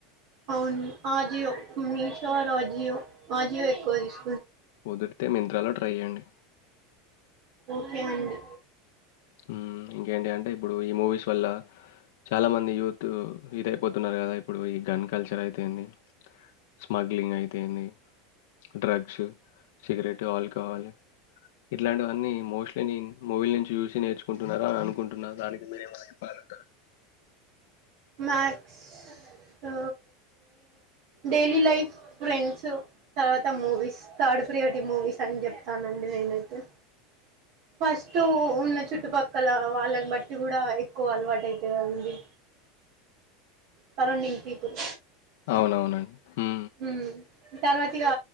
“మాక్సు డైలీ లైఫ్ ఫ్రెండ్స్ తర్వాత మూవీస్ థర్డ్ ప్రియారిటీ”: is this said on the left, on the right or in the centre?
Right